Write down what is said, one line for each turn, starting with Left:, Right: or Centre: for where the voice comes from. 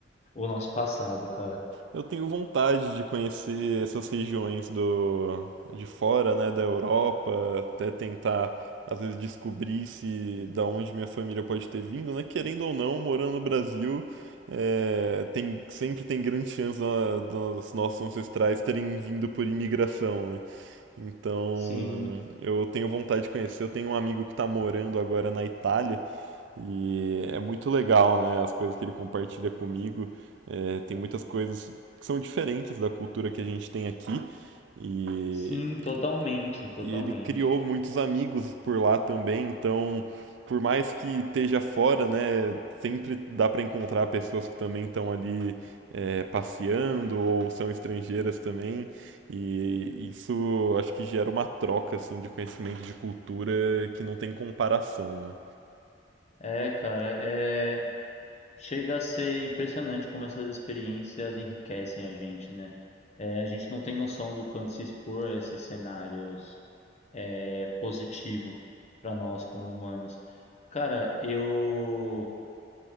Left: o nosso passado, cara.
Right: Eu tenho vontade de conhecer essas regiões do de fora, né, da Europa, até tentar às vezes descobrir se da onde minha família pode ter vindo, né? Querendo ou não, morando no Brasil, é, tem sempre tem grande chance da- dos nossos ancestrais terem vindo por imigração, né? Então,
Left: Sim,
Right: eu tenho vontade de conhecer. Eu tenho um amigo que está morando agora na Itália e é muito legal, né? As coisas que ele compartilha comigo. É, tem muitas coisas que são diferentes da cultura que a gente tem aqui. E,
Left: sim, totalmente, totalmente.
Right: e ele criou muitos amigos por lá também. Então, por mais que esteja fora, né? Sempre dá para encontrar pessoas que também estão ali é, passeando ou são estrangeiras também. E isso acho que gera uma troca assim, de conhecimento de cultura que não tem comparação, né?
Left: É, cara, é chega a ser impressionante como essas experiências enriquecem a gente, né? É, a gente não tem noção do quanto se expor a esses cenários é positivo para nós como humanos. Cara, eu